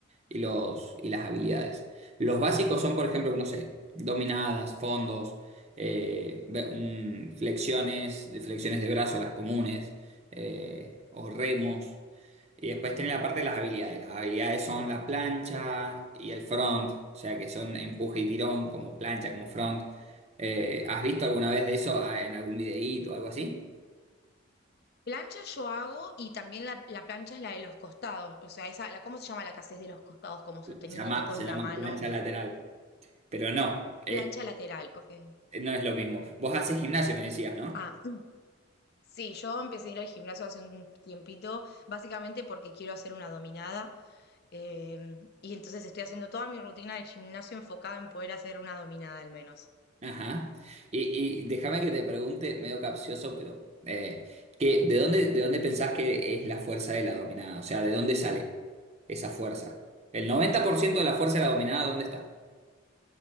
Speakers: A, on the right (about 30°); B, on the left (about 50°).
A: y, los, y las habilidades. Los básicos son, por ejemplo, no sé, dominadas, fondos eh, ve- un- flexiones, de flexiones de brazo, las comunes, eh, o remos. Y después tiene la parte de las habilidades. Las habilidades son la plancha y el front, o sea que son empuje y tirón, como plancha, como front. Eh, ¿has visto alguna vez de eso ah, en algún videíto o algo así?
B: Plancha yo hago y también la, la plancha es la de los costados, o sea, esa, la, ¿cómo se llama la que haces de los costados? Como sosteniéndote
A: Se llama,
B: con
A: se
B: una
A: llama
B: mano.
A: plancha lateral. Pero no,
B: Plancha
A: eh,
B: lateral, ok.
A: no es lo mismo. Vos haces gimnasio, me decías, ¿no?
B: Ah, mm. sí, yo empecé a ir al gimnasio hace un tiempito, básicamente porque quiero hacer una dominada. em, y entonces estoy haciendo toda mi rutina del gimnasio enfocada en poder hacer una dominada al menos.
A: Ajá. Y, y déjame que te pregunte, medio capcioso, pero eh, que, ¿de dónde, de dónde pensás que es la fuerza de la dominada? O sea, ¿de dónde sale esa fuerza? El 90% de la fuerza de la dominada, ¿dónde está?